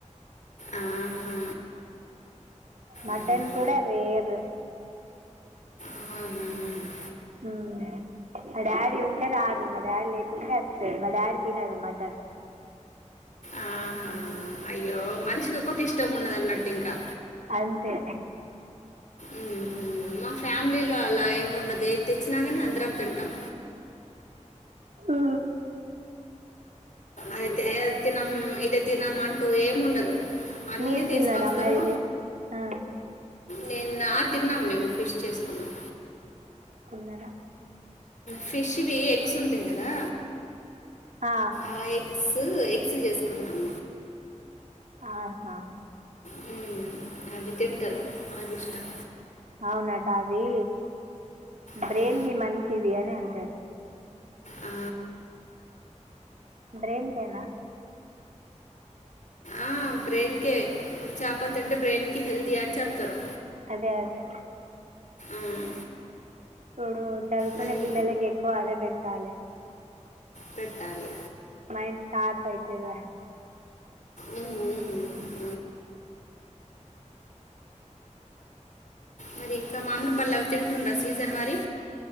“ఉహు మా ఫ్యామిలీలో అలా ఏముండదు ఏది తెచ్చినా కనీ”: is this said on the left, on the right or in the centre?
Left